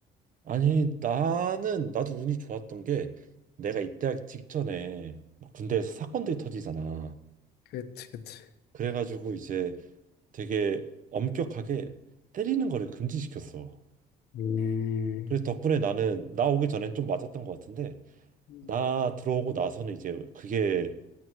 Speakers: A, on the right; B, on the left.
A: 아니, 나는, 나도 운이 좋았던 게, 내가 입대하기 직전에 막 군대에서 사건들이 터지잖아.
B: 그치, 그치.
A: 그래가지고 이제 되게 엄격하게 때리는 거를 금지시켰어.
B: 음.
A: 그래서 덕분에 나는, 나 오기 전엔 좀 맞았던 것 같은데,
B: 음.
A: 나 들어오고 나서는 이제 그게